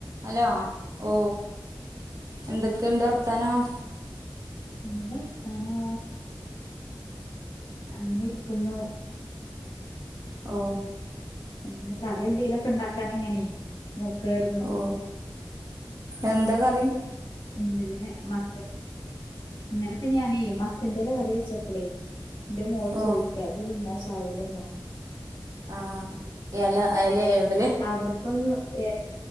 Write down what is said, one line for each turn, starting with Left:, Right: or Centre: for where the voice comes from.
Right: hello ഓ എന്തൊക്കെയൊണ്ട് വർത്താനം
Left: നല്ല വർത്താനോ അങ്ങനെ ഇരിക്കുന്നു
Right: ഓ
Left: ഇന്ന് കറി എന്തേലും ഒക്കെ ഒണ്ടാക്കാന്നിങ്ങനേ നോക്ക്വാരുന്നു
Right: ഓ എന്താ കറി
Left: എന്തേലും ഞാൻ മത്തൻ ഇന്നലെ ഇപ്പ ഞാനേ മത്തന്റെല കറി വെച്ചപ്പളേ എന്റെ മോള്
Right: ഓ
Left: ചോയ്ക്കാ ഇത് തിന്നാ ചാവൂലേമ്മാ ന്ന്
Right: ആഹ് എല എലയായോണ്ട്ല്ലേ
Left: അവർക്കൊന്നും എല